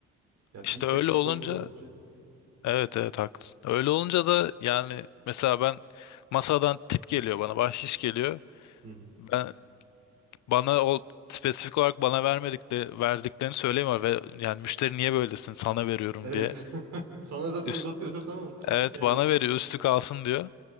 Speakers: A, on the right; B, on the left.
A: Ya
B: İşte
A: bir teşvik
B: öyle olunca
A: olmalı bence.
B: evet evet haklısın. Öyle olunca da yani mesela ben masadan tip geliyor bana, bahşiş geliyor.
A: Hı hı.
B: Ben bana o spesifik olarak bana vermedikleri verdiklerini söylemiyor ve yani müşteri niye böylesin sana veriyorum
A: Evet.
B: diye.
A: <laughs> Sana zaten
B: Üst,
A: uzatıyorsa tamam.
B: evet
A: Yani.
B: bana veriyor üstü kalsın diyor.